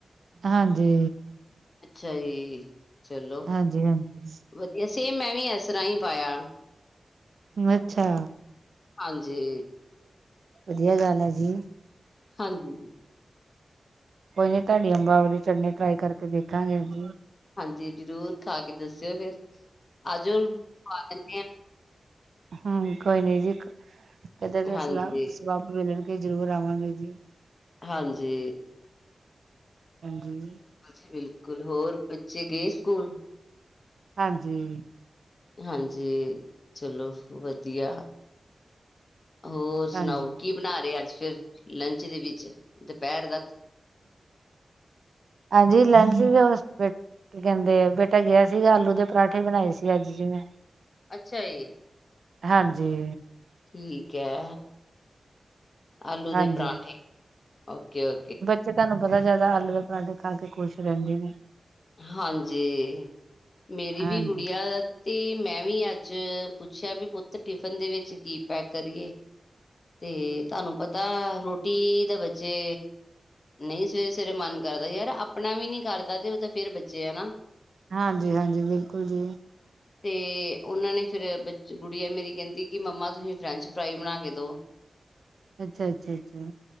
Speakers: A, on the right; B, on the left.
A: ਹਾਂਜੀ
B: ਅੱਛਾ ਜੀ। ਚਲੋ
A: ਹਾਂਜੀ-ਹਾਂਜੀ।
B: ਵਧੀਆ, ਸੇਮ ਮੈਂ ਵੀ ਇਸ ਤਰ੍ਹਾਂ ਹੀ ਪਾਇਆ।
A: ਅੱਛਾ।
B: ਹਾਂਜੀ।
A: ਵਧੀਆ ਗੱਲ ਆ ਜੀ।
B: ਹਾਂਜੀ
A: ਕੋਈ ਨੀ ਤੁਹਾਡੀ ਅੰਬਾ ਵਾਲੀ ਚਟਨੀ ਟਰਾਈ ਕਰਕੇ ਵੇਖਾਂਗੇ ਅਸੀ
B: ਹਾਂਜੀ ਜ਼ਰੂਰ ਖਾ ਕੇ ਦੱਸਿਓ ਫੇਰ ਆਜਓ ਖੁਆ ਦੇਣੇ ਆ।
A: ਹੂੰ ਕੋਈ ਨੀ ਜੀ ਕਦੇ
B: ਹਾਂ
A: ਦਾ
B: ਹਾਂਜੀ
A: ਸਲਾ ਸਬੱਬ ਮਿਲਣ ਕੇ ਜ਼ਰੂਰ ਆਵਾਂਗੇ ਜੀ।
B: ਹਾਂਜੀ।
A: ਹਾਂਜੀ
B: ਜੀ ਬਿਲਕੁਲ ਹੋਰ ਬੱਚੇ ਗਏ ਸਕੂਲ।
A: ਹਾਂਜੀ
B: ਹਾਂਜੀ ਚਲੋ ਵਧੀਆ। ਹੋਰ ਸੁਣਾਓ
A: ਹਾਂਜੀ
B: ਕੀ ਬਣਾ ਰਹੇ ਅੱਜ ਫਿਰ ਲੰਚ ਦੇ ਵਿੱਚ ਦੁਪਹਿਰ ਦਾ
A: ਆਜ ਲੈਂਚ ਵੀ ਓ <unintelligible> ਕੀ ਕਹਿੰਦੇ ਬੇਟਾ ਗਿਆ ਸੀਗਾ ਆਲੂ ਦੇ ਪਰਾਂਠੇ ਬਣਾਏ ਸੀ ਅੱਜ ਜਿਵੇਂ।
B: ਅੱਛਾ ਜੀ।
A: ਹਾਂਜੀ
B: ਠੀਕ ਐ ਆਲੂ
A: ਹਾਂਜੀ
B: ਦੇ ਪਰਾਂਠੇ ਓਕੇ-ਓਕੇ।
A: ਤਹਾਨੂੰ ਪਤਾ ਜ਼ਿਆਦਾ ਆਲੂ ਦੇ ਪਰਾਂਠੇ ਖਾ ਕੇ ਖੁਸ਼ ਰਹਿੰਦੇ ਨੇ।
B: ਹਾਂਜੀ ਮੇਰੀ
A: ਹਾਂਜੀ
B: ਵੀ ਗੁੜੀਆ ਤੇ ਮੈਂ ਵੀ ਅੱਜ ਪੁੱਛਿਆ ਵੀ ਪੁੱਤ ਟਿਫਨ ਦੇ ਵਿੱਚ ਕੀ ਪੈਕ ਕਰੀਏ। ਤੇ ਤੁਹਾਨੂੰ ਪਤਾ ਰੋ ਟੀ ਤੇ ਬੱਚੇ ਨਹੀਂ ਸਵੇਰੇ-ਸਵੇਰੇ ਮਨ ਕਰਦਾ ਯਾਰ ਆਪਣਾ ਵੀ ਨਹੀਂ ਕਰਦਾ ਤੇ ਉਹ ਤਾਂ ਫੇਰ ਬੱਚੇ ਆ ਹਨਾ।
A: ਹਾਂਜੀ-ਹਾਂਜੀ ਬਿਲਕੁਲ ਜੀ।
B: ਤੇ ਉਹਨਾਂ ਨੇ ਫਿਰ ਬ ਗੁੜੀਆ ਮੇਰੀ ਕਹਿੰਦੀ ਕਿ ਮੰਮਾ ਤੁਸੀਂ ਫਰੈਂਚ-ਫਰਾਈ ਬਣਾ ਕੇ ਦੋ
A: ਅੱਛਾ-ਅੱਛਾ-ਅੱਛਾ